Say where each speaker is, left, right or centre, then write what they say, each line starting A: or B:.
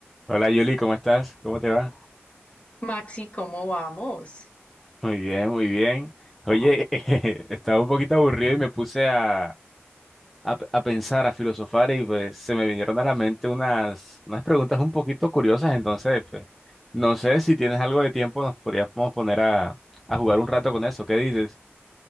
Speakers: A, in the centre; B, on the left (about 30°).
A: Hola Yuli, ¿cómo estás? ¿Cómo te va?
B: Maxi, ¿cómo vamos?
A: Muy bien, muy bien. Oye, <laughs> estaba un poquito aburrido y me puse a, a p- a pensar, a filosofar y pues se me vinieron a la mente unas, unas preguntas un poquito curiosas, entonces pues, no sé si tienes algo de tiempo, nos podríamos poner a, a jugar un rato con eso, ¿qué dices?